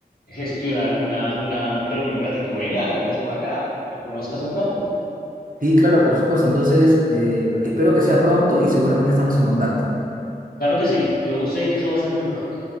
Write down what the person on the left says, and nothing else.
gestionar una, una reunión para que tú vengas, vengas por acá y conozcas un rato.
Claro que sí, yo sé que eso va a ser muy pronto.